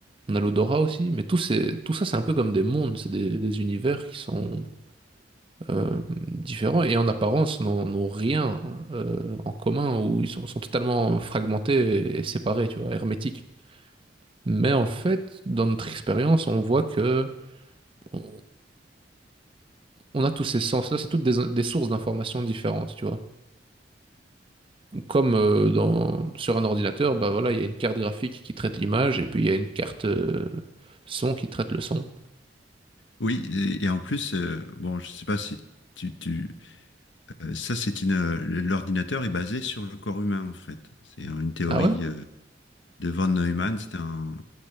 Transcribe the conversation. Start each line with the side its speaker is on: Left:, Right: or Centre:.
Right: On a l'odorat aussi, mais tout, c'est- tout ça, c'est un peu comme des mondes, c'est des, des univers qui sont euh, différents et en apparence n'ont n'ont rien euh, en commun, ou ils sont, sont totalement fragmentés et, et séparés, tu vois, hermétiques. Mais en fait, dans notre expérience, on voit que on on a tous ces sens-là, c'est toutes des, des sources d'informations différentes, tu vois. Comme euh, dans, sur un ordinateur, bah voilà, il y a une carte graphique qui traite l'image et puis il y a une carte euh, son qui traite le son.
Left: Oui, et, et en plus, euh, bon, je sais pas si tu, tu Euh, Ça, c'est une, euh, l'ordinateur est basé sur le corps humain, en fait. C'est une théorie
Right: Ah ouais?
Left: euh, de von Neumann, c'est un,